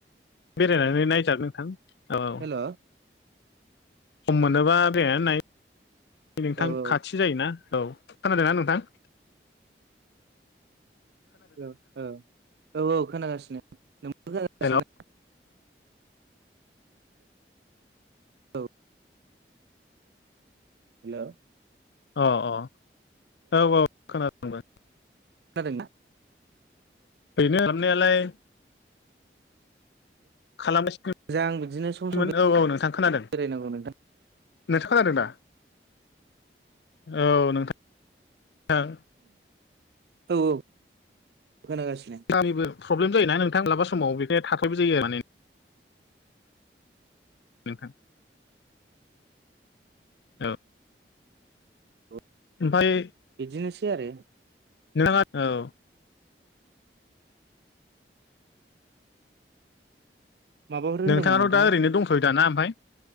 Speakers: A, on the left; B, on the right.
A: बेरायनानै नायजागोन नोंथां। औ
B: हेल'
A: सम मोनोबा बेरायनानै नाय नोंथां
B: औ
A: खाथि जायोना औ खोनादों ना नों- थां
B: औ औ औ औ खोनागासिनो नोंबो खोनागासिनो
A: हेल'
B: ना? औ हेल'
A: अ अ औ औ खोनादोंं आंबो।
B: खोनादों ना?
A: ओरैनो खालामनायालाय। खालामगासिनोमोन
B: मोजां बिदिनो सम सम
A: औ औ नोंथां खोनादों।
B: बेरायनांगौ नोंथां
A: नोंथांङा खोनादों दा? औ नोंथां।
B: औ औ। खोनागासिनो
A: गामिबो प्रब्लेम जायोना नोंथां माबलाबा समाव बेखनो थाथ'बाय जायो आरो माने। नोंथां। औ
B: औ
A: ओमफाय
B: बिदिनोसै आरो।
A: नोंथाङा औ।
B: माबाफोर होनदोंमोन
A: नोंथाङाथ'
B: नोंथाङा
A: दा ओरैनो दंथ'यो दा ना ओमफाय